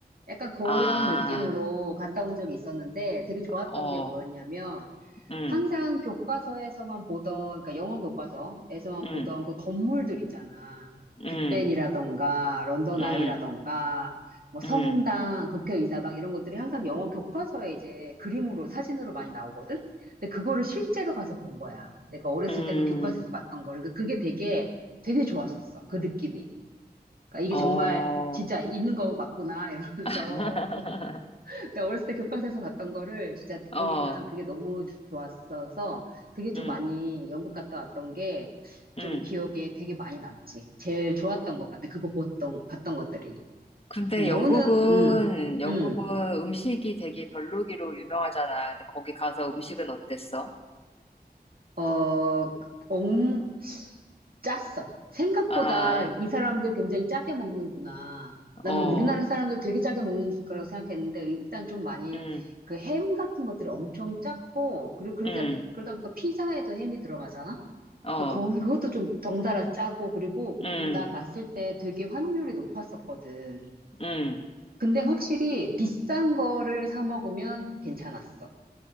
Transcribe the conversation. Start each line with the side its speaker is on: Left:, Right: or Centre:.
Right: 약간 그런
Left: 아,
Right: 느낌으로 갔다 온 적이 있었는데 되게 좋았던
Left: 어,
Right: 게 뭐였냐면,
Left: 음,
Right: 항상 교과서에서만 보던, 그러니까 영어 교과서에서만
Left: 음,
Right: 보던 그 건물들 있잖아.
Left: 음,
Right: 빅벤이라던가, 런던
Left: 음,
Right: 아이라던가, 뭐 성당,
Left: 음,
Right: 국회의사당 이런 것들이 항상 영어 교과서에 이제 그림으로, 사진으로 많이 나오거든? 근데 그거를 실제로 가서 본 거야. 내가 어렸을
Left: 음,
Right: 때 그 교과서에서 봤던 거를. 그러니까 그게 되게, 되게 좋았었어. 그 느낌이. 그러니까 이게
Left: 어,
Right: 정말 진짜 있는 거 맞구나, 이러면서.
Left: <laughs>
Right: 그러니까 어렸을 때 교과서에서 봤던 거를 진짜
Left: 어,
Right: 보니까 그게 너무 좋았어서 그게 좀
Left: 음,
Right: 많이 영국 갔다 왔던 게
Left: 음.
Right: 좀 기억에 되게 많이 남지. 제일 좋았던 것 같아. 그거 보던, 봤던 것들이.
Left: 근데
Right: 음, 너는,
Left: 영국은,
Right: 음,
Left: 영국은
Right: 음,
Left: 음식이 되게 별로기로 유명하잖아. 근데 거기 가서 음식은 어땠어?
Right: 어, 엉, 짰어. 생각보다
Left: 아,
Right: 이 사람들 굉장히 짜게 먹는구나. 나는
Left: 어,
Right: 우리나라 사람들 되게 짜게 먹는 거라고 생각했는데 일단 좀 많이
Left: 음,
Right: 그 햄 같은 것들이 엄청 짰고 그리고 그래서
Left: 음,
Right: 그러다 보니까 피자에도 햄이 들어가잖아.
Left: 어,
Right: 그러니까 거기 그것도 좀 덩달아 짜고 그리고
Left: 음,
Right: 나다 갔을 때 되게 환율이 높았었거든.
Left: 음.
Right: 근데 확실히 비싼 거를 사 먹으면 괜찮았어.